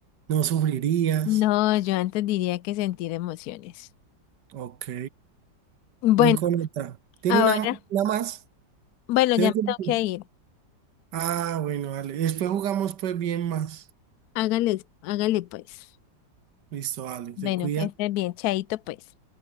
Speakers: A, on the right; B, on the left.
A: no sufrirías.
B: No, yo antes diría que sentir emociones.
A: Ok,
B: Bueno,
A: voy con otra. ¿Tiene
B: ahora,
A: una, una más?
B: bueno,
A: ¿Tiene
B: ya me
A: tiempo?
B: tengo que ir.
A: Ah, bueno, vale. Después jugamos pues bien más.
B: Hágale, hágale pues.
A: Listo, vale, te
B: Bueno,
A: cuida.
B: que estés bien, chaito pues.